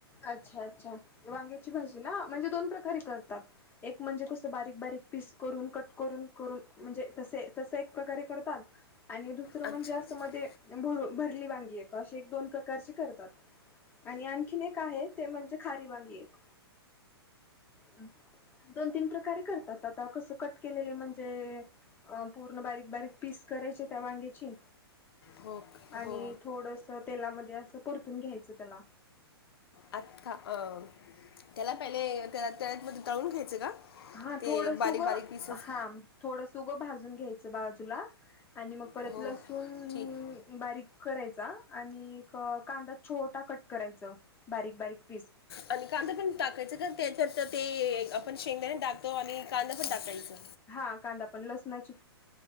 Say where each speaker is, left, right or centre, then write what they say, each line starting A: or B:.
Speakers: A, on the left (about 15°); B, on the left (about 65°).
A: अच्छा अच्छा वांग्या ची भाजी ना म्हणजे दोन प्रकारे करतात एक म्हणजे कसं बारीक बारीक पिस करून कट करून करून म्हणजे तसे तस एक प्रकारे करतात आणि दुसरं
B: अच्छा
A: म्हणजे असं
B: अच्छा.
A: मध्ये भरू भरली वांगी एक अशी एक दोन प्रकारची करतात. आणि आणखीन एक आहे ते म्हणजे खारी वांगी एक अ. दोन तीन प्रकारे करतात आता कसं कट केलेले म्हणजे अं पूर्ण बारीक बारीक पीस करायचे त्या वांग्याची
B: हो क-
A: आणि
B: हो
A: थोडसं तेलामध्ये असं परतून घ्यायचं त्याला.
B: आता अं, त्याला पहिले त्या त्यात मध्ये तळून घ्यायचं का?
A: हा
B: ते
A: थोडसं
B: बारीक
A: उग
B: बारीक पीसेस
A: हा थोडसं उग भाज घ्यायचं बाजूला आणि मग परत
B: हो
A: लसूण
B: ठीक
A: बारीक करायचं आणि एक कांदा छोटा कट करायचं बारीक बारीक पीस
B: आणि कांदा पण टाकायचं का त्याच्या ते आपण शेंगदाने टाकतो आणि कांदा पण टाकायचं.
A: हा कांदा पण लसणाची